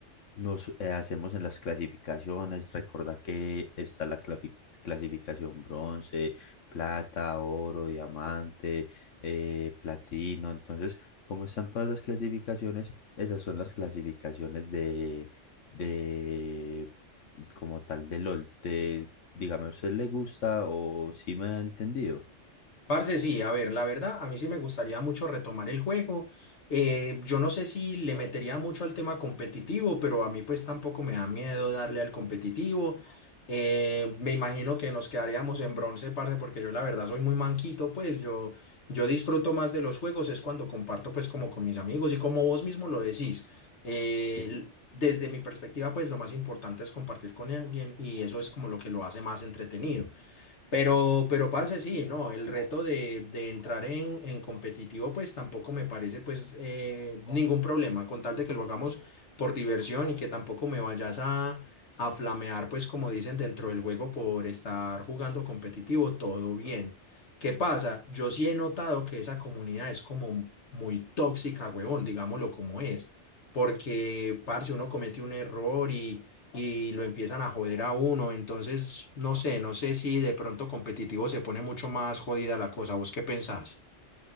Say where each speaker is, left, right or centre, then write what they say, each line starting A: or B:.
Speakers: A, on the left (about 85°); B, on the left (about 65°).
A: nos eh, hacemos en las clasificaciones. Recuerda que está la clafi- clasificación bronce, plata, oro, diamante, eh, platino. Entonces, como están todas esas clasificaciones? Esas son las clasificaciones de, de como tal de LOL. Te- dígame, ¿a usted le gusta o si me ha entendido?
B: Parce, sí, a ver, la verdad, a mí sí me gustaría mucho retomar el juego. Eh, yo no sé si le metería mucho al tema competitivo, pero a mí pues tampoco me da miedo darle al competitivo. Eh, me imagino que nos quedaríamos en bronce, parce, porque yo la verdad soy muy manquito, pues yo, yo disfruto más de los juegos, es cuando comparto pues como con mis amigos y como vos mismo lo decís. eh,
A: Sí.
B: l- desde mi perspectiva, pues lo más importante es compartir con alguien y eso es como lo que lo hace más entretenido. Pero, pero parce, sí, no, el reto de, de entrar en, en competitivo, pues tampoco me parece pues eh, ningún problema, con tal de que lo hagamos por diversión y que tampoco me vayas a, a flamear, pues como dicen dentro del juego por estar jugando competitivo, todo bien. ¿Qué pasa? Yo sí he notado que esa comunidad es como muy tóxica, huevón, digámoslo como es, porque, parce, uno comete un error y y lo empiezan a joder a uno. Entonces, no sé, no sé si de pronto competitivo se pone mucho más jodida la cosa. ¿Vos qué pensás?